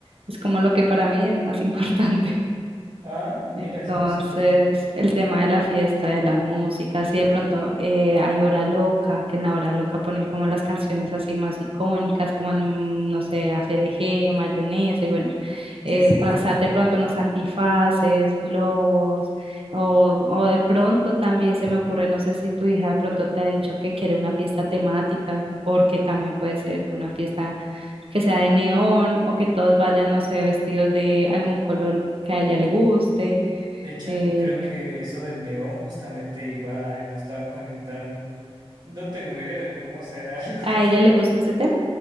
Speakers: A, on the right; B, on the right.
A: es como lo que para mí es más <laughs> importante.
B: Ah, mira,
A: Entonces,
B: eso no sabía.
A: el tema de la fiesta, de la música, si de pronto eh, hay hora loca, que en la hora loca ponen como las canciones así más icónicas, como el, mm, no sé, hacer eje, mayonesa, y bueno, eh,
B: Sí, sí,
A: pasar
B: sí, sí.
A: de pronto unos antifaces, globos, o, o de pronto también se me ocurre, no sé si tu hija de pronto te ha dicho que quiere una fiesta temática, porque también puede ser que una fiesta que sea de neón o que todos vayan, no sé, vestidos de algún color que a ella le guste
B: De hecho,
A: eh,
B: creo que eso del neón justamente iba, él lo estaba comentando. No tengo idea de cómo será <laughs> algo
A: ¿a
B: así.
A: ella le gusta ese tema?